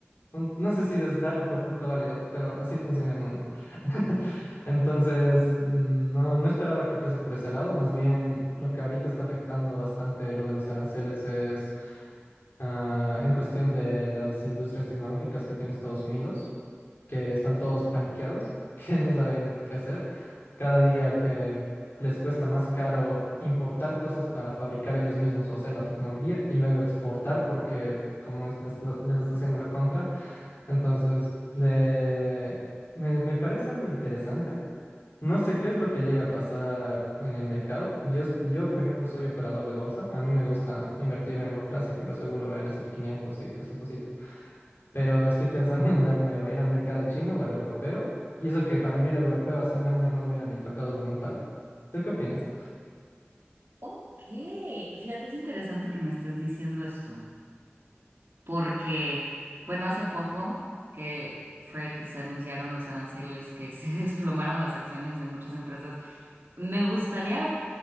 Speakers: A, on the left; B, on the right.
A: un- no sé si des- darlo por punto válido, pero así funciona el mundo. <laughs> Entonces, mm, no, no esperaba que fuese por ese lado. Más bien, lo que ahorita está afectando bastante lo de los aranceles es ah, en cuestión de las industrias tecnológicas que tiene Estados Unidos que están todos paniqueados, <laughs> que no saben qué hacer. Cada día que les cuesta más caro importar cosas para fabricar ellos mismos o hacer la tecnología y luego exportar porque como es- les está, les está haciendo la contra. Entonces, le- me, me parece algo interesante. No sé qué es lo que llega a pasar en el mercado. Yo, s- yo, por ejemplo, soy operador de bolsa. A mí me gusta invertir en lo clásico y lo seguro, el S&P 500 y esas cositas pero estoy pensando <laughs> en mudarme o bien al mercado chino o al europeo. Y eso que para mí el europeo hace un año no lo hubiera ni tocado con un palo. ¿Tú qué opinas?
B: Ok, fíjate, es interesante que me estés diciendo esto. porque, bueno, hace poco que fue que se anunciaron los aranceles, que se <laughs> desplomaron las acciones de muchas empresas, me gustaría